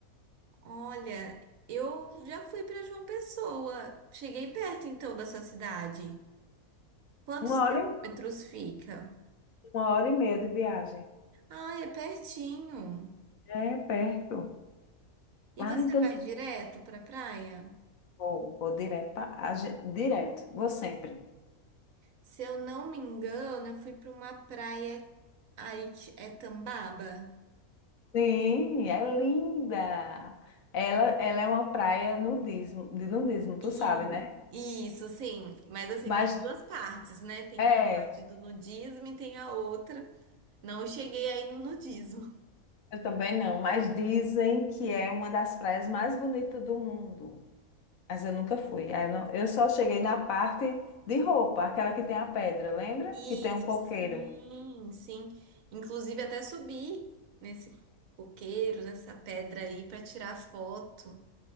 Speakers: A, on the right; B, on the left.
A: Olha, eu já fui para João Pessoa. Cheguei perto então da sua cidade. Quantos
B: Uma
A: quilômetros
B: hora e,
A: fica?
B: uma hora e meia de viagem.
A: Ah, é pertinho.
B: É perto.
A: E
B: Ah,
A: você
B: então
A: vai
B: se-
A: direto para praia?
B: vou, vou direto, pra- a gen- direto, vou sempre.
A: Se eu não me engano, eu fui para uma praia aí que é Tambaba.
B: Sim, é linda. Ela, ela é uma praia nudismo, de nudismo, tu
A: E
B: sabe, né?
A: isso, sim. Mas assim,
B: Mas
A: tem as duas partes, né? Tem
B: é,
A: a parte do nudismo e tem a outra. Não cheguei aí no nudismo.
B: eu também não, mas dizem que é uma das praias mais bonitas do mundo. Mas eu nunca fui. Aí Eu, não- eu só cheguei na parte de roupa, aquela que tem a pedra, lembra?
A: Isso,
B: Que tem um coqueiro.
A: sim, sim. Inclusive até subi nesse coqueiro, nessa pedra aí para tirar foto.